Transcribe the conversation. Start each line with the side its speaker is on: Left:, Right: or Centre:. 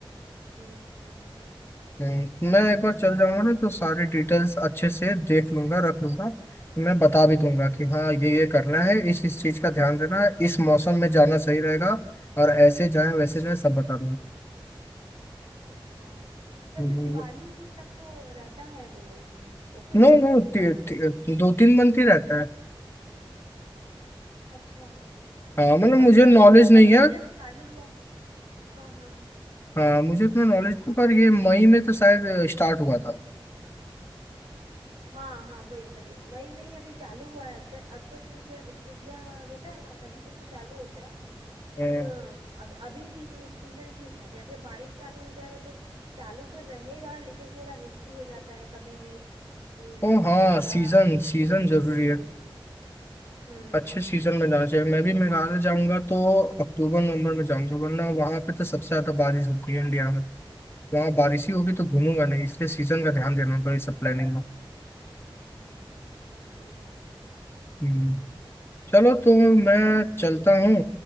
Right: हम्म हम्म, हम्म,
Left: हम्म, मैं एक बार चल जाऊंगा ना तो सारे डिटेल्स अच्छे से देख लूंगा रख लूंगा मैं बता भी दूंगा कि हाँ ये ये करना है इस इस चीज का ध्यान देना है, इस मौसम में जाना सही रहेगा और ऐसे जाएं वैसे जाएं सब बता
Right: हाँ वैसे
Left: हम्म।
Right: दिवाली तक तो रहता है वो हम्म, ओपन ना
Left: No no
Right: केदारनाथ
Left: दो तीन मंथ ही रहता है
Right: अच्छा क्योंकि
Left: हाँ मतलब मुझे
Right: अभी
Left: नॉलेज
Right: अभी तो
Left: नहीं
Right: अभी तो
Left: है
Right: जस्ट चालू हुआ है हाँ हाँ हाँ
Left: हाँ मुझे इतना नॉलेज नहीं पर ये मई में तो शायद स्टार्ट हुआ था
Right: हाँ हाँ वही वही मई में ही अभी चालू हुआ है अक्षय अक्षय तृतीया तृतीया होता है ना तभी से तो चालू होता है फिर
Left: हाँ।
Right: अ, अब अभी सी, सीजन ठीक है जैसे बारिश चालू हो जाएगा तो चालू तो रहेगा लेकिन थोड़ा रिस्की हो जाता है कभी भी अ, ज-
Left: ओ हाँ
Right: ज्यादा
Left: सीजन
Right: एक्सीडेंट
Left: सीजन
Right: होने
Left: जरूरी
Right: के
Left: है
Right: लिए हम्म
Left: अच्छे सीजन में जाना चाहिए मैं भी मेघालय जाऊंगा तो अक्टूबर नवंबर में जाऊंगा वरना वहां पे तो सबसे ज्यादा बारिश होती है इंडिया में वहाँ बारिश ही होगी
Right: हाँ
Left: तो घूमूंगा नहीं इसलिए सीजन का ध्यान देना होगा इस सब प्लानिंग में
Right: हाँ वही बात है
Left: हम्म। चलो तो मैं चलता हूँ